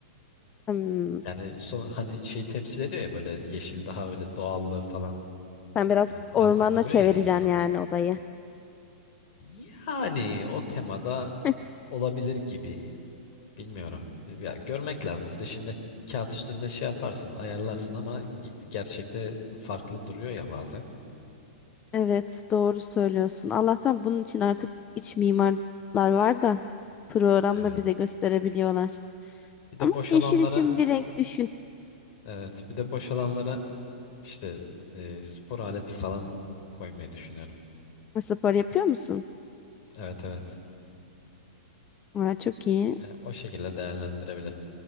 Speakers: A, on the left; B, on the left.
A: Hmm.
B: Yani son, hani şey temsil ediyor ya böyle yeşil daha öyle doğallığı falan
A: Sen biraz
B: e, canlandırıyor
A: ormana çevireceksin
B: ya insanı.
A: yani odayı.
B: Yani o temada
A: <laughs>
B: olabilir gibi. Bilmiyorum. E, Ya, görmek lazım. Bir de şimdi kağıt üstünde şey yaparsın, ayarlarsın ama ge- gerçekte farklı duruyor ya bazen.
A: Evet, doğru söylüyorsun. Allah'tan bunun için artık iç mimarlar var da programla
B: Evet.
A: bize gösterebiliyorlar.
B: Bir de
A: Ama
B: boş
A: yeşil
B: alanlara
A: için bir renk düşün.
B: Evet, bir de boş alanlara işte e, spor aleti falan koymayı düşünüyorum.
A: Spor yapıyor musun?
B: Evet evet.
A: Aa, çok iyi.
B: Yani o şekilde değerlendirebilirim.